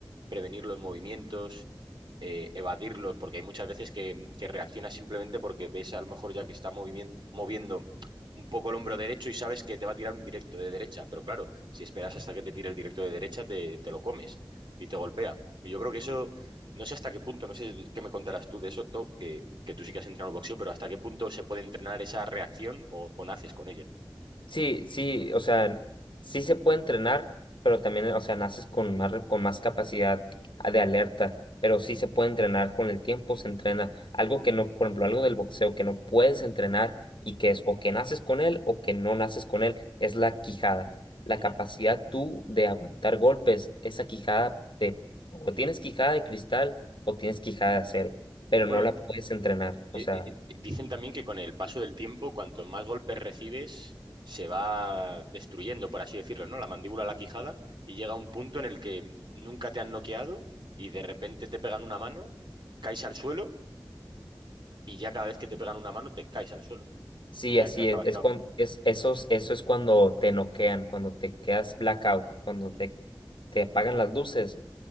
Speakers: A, on the right; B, on the left.
A: prevenir los movimientos, eh, evadirlos, porque hay muchas veces que, que reaccionas simplemente porque ves a lo mejor ya que está movimien- moviendo un poco el hombro derecho y sabes que te va a tirar un directo de derecha, pero claro, si esperas hasta que te tire el directo de derecha, te, te lo comes y te golpea. Y yo creo que eso, no sé hasta qué punto, no sé qué me contarás tú de eso, To, que que tú sí que has entrenado boxeo, pero ¿hasta qué punto se puede entrenar esa reacción o, o naces con ella?
B: Sí, sí, o sea, sí se puede entrenar, pero también, o sea, naces con más, re- con más capacidad de alerta, pero sí se puede entrenar con el tiempo, se entrena. Algo que no, por ejemplo, algo del boxeo que no puedes entrenar y que es o que naces con él o que no naces con él, es la quijada. La
A: Mm,
B: capacidad tú de aguantar golpes, esa quijada de, o
A: mm.
B: tienes quijada de cristal o tienes quijada de acero, pero
A: Bueno,
B: no la puedes entrenar,
A: eh,
B: o sea.
A: eh, eh, dicen también que con el paso del tiempo, cuanto más golpes recibes, se va destruyendo, por así decirlo, ¿no? La mandíbula, la quijada, y llega un punto en el que nunca te han noqueado y de repente te pegan una mano, caes al suelo y ya cada vez que te pegan una mano te caes al suelo
B: Sí,
A: y ya
B: así
A: acabas
B: es. Es
A: cao.
B: cuando, es, esos, eso es cuando te noquean, cuando te quedas blackout, cuando
A: Mm,
B: te, te apagan las luces.